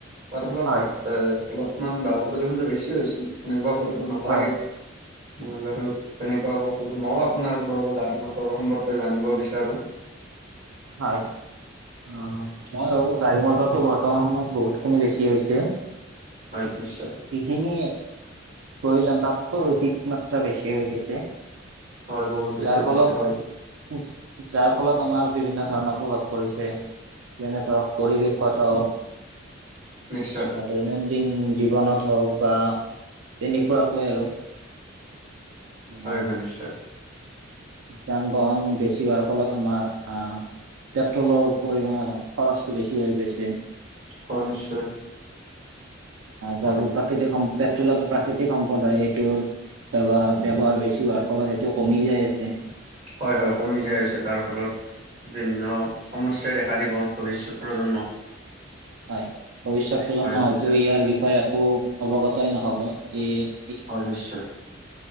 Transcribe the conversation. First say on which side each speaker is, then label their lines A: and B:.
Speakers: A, on the right; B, on the right.
A: তাৰ ফলত
B: হয়
A: এ অলপমান বায়ু প্ৰদূষণটো বেছি হৈছে তেনেকুৱা কৰিব নালাগে।
B: হয়
A: মই বাৰু তেনেকুৱাকো ক'লো মই আপোনাৰ পৰা অলপ গাড়ী মটৰ সম্পৰ্কে জানিব বিচাৰো।
B: <unintelligible> হয় অ
A: নিশ্চয়।
B: ময়ো গাড়ী মটৰটো বৰ্তমান সময়ত বহুতখিনি বেছি হৈছে।
A: হয় নিশ্চয়।
B: এনে প্ৰয়োজন তাতকৈও অধিক মাত্ৰা বেছি হৈ গৈছে
A: হয় বহুত বেছি
B: যাৰ ফলত।
A: হৈছে হয়
B: যাৰ ফলত আমাৰ বিভিন্ন ধৰণৰ প্ৰভাৱ পৰিছে। যেনে ধৰক পৰিৱেশত হওঁক
A: নিশ্চয়
B: বা দৈনন্দিন জীৱনত হওঁক বা তেনেকুৱাকৈ আৰু আহ
A: হয় হয় নিশ্চয়।
B: যান -বাহন বেছি হোৱাৰ ফলত আমাৰ আহঁ। পেট্ৰলৰ পৰিমাণ খৰচটো বেছি হৈ গৈছে।
A: হয় নিশ্চয়।
B: যাৰ
A: হয়
B: ফল প্ৰাকৃতিক সম পেট্ৰলিয়ামৰ প্ৰাকৃতিক সম্পদ হয় সেইটো। ব্যৱহাৰ বেছি হোৱাৰ ফলত সেইটো কমি যাই আছে।
A: হয় হয় কমি যাই আছে তাৰ ফলত বিভিন্ন সমস্যাই দেখা দিব ভৱিষ্যত প্ৰজন্মক।
B: হয় ভৱিষ্যত প্ৰজন্ম
A: হয় নিশ্চয়
B: হয়তো ইয়াৰ বিষয়ে একো অৱগতই নহ'ব এ
A: হয় নিশ্চয়